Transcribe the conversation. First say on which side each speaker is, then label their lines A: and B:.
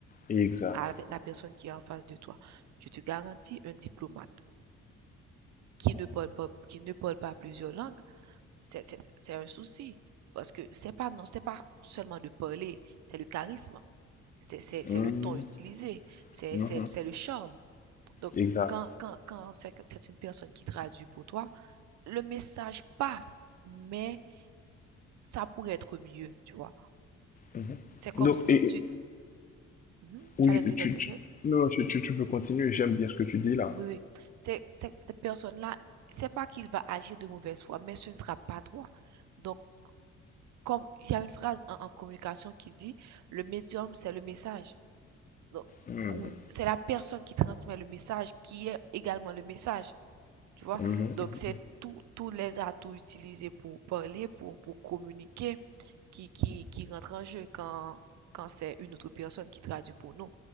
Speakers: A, on the left; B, on the right.
A: Exact.
B: avec la personne qui est en face de toi. Je te garantis, un diplomate qui ne parle pas, qui ne parle pas plusieurs langues, c'est c'est- c'est un souci. Parce que c'est pas, non, c'est pas seulement de parler, c'est le charisme, c'est c'est- c'est
A: Mhm,
B: le ton utilisé, c'est
A: mhm.
B: c'est- c'est le charme. Donc,
A: Exact.
B: quand, quand, quand c'est c'est une personne qui traduit pour toi, le message passe, mais ça pourrait être mieux, tu vois.
A: Mhm.
B: C'est comme
A: Donc,
B: si
A: et,
B: tu...
A: et-
B: Mhm,
A: oui,
B: tu allais dire quelque
A: tu, tu-
B: chose?
A: non, tu, tu- tu peux continuer. J'aime bien ce que tu dis là.
B: Oui, oui. C'est, c'est- cette personne-là, c'est pas qu'il va agir de mauvaise foi, mais ce ne sera pas toi. Donc, comme il y a une phrase en, en communication qui dit, le médium, c'est le message. Donc,
A: Mhm,
B: c'est la personne qui transmet le message, qui est également le message, tu vois.
A: mhm.
B: Donc, c'est tous les atouts utilisés pour parler, pour, pour communiquer qui, qui, qui rentre en jeu quand, quand c'est une autre personne qui traduit pour nous.